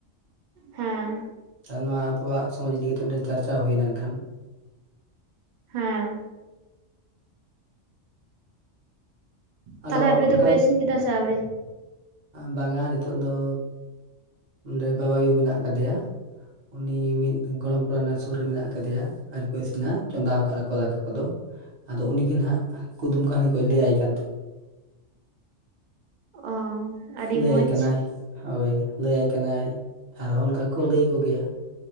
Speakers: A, on the right; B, on the right.
A: ᱦᱮᱸ
B: ᱱᱚᱣᱟ ᱟᱵᱚᱣᱟᱜ ᱥᱚᱢᱟᱡᱽ ᱤᱫᱤ ᱠᱟᱛᱮ ᱢᱤᱫᱴᱟᱝ ᱪᱟᱨᱪᱟ ᱦᱩᱭᱱᱟ ᱮᱱᱠᱷᱟᱱ
A: ᱦᱮᱸ
B: ᱟᱫᱚ
A: ᱛᱟᱦᱚᱞᱮ ᱟᱯᱮ
B: ᱚᱱᱠᱟᱧ
A: ᱫᱚᱯᱮ ᱤᱥᱤᱱ ᱠᱮᱫᱟ ᱥᱮ ᱟᱹᱣᱨᱤ
B: ᱵᱟᱝᱟ ᱱᱤᱛᱚᱜ ᱫᱚ ᱚᱸᱰᱮ ᱵᱟᱵᱟ ᱟᱭᱩ ᱢᱮᱱᱟᱜ ᱟᱠᱟᱫᱮᱭᱟ ᱩᱱᱤ ᱢᱤᱫ ᱜᱚᱲᱚᱢ ᱠᱚᱲᱟ ᱥᱩᱨ ᱨᱮ ᱢᱮᱱᱟᱜ ᱟᱠᱟᱫᱮᱭᱟ ᱟᱣᱨᱤ ᱠᱚ ᱤᱥᱤᱱᱟ ᱪᱚᱸᱫᱟ ᱟᱠᱟᱫ-ᱟ ᱠᱚ ᱫᱟᱠᱟ ᱠᱚ ᱫᱚ ᱟᱫᱚ ᱩᱱᱤᱜᱮ ᱱᱟᱦᱟᱜ ᱠᱩᱫᱩᱢ ᱠᱟᱹᱦᱱᱤ ᱠᱚᱭ ᱞᱟᱹᱭᱟᱭ ᱠᱟᱱᱛᱮ
A: ᱚ ᱟᱹᱰᱤ
B: ᱞᱟᱹᱭ
A: ᱢᱚᱸᱡᱽ
B: ᱟᱭ ᱠᱟᱱᱟᱭ ᱦᱳᱭ ᱞᱟᱹᱭ ᱟᱭ ᱠᱟᱱᱟᱭ ᱟᱨᱦᱚᱸ ᱚᱱᱠᱟ ᱜᱮᱠᱚ ᱞᱟᱹᱭ ᱟᱠᱚ ᱜᱮᱭᱟ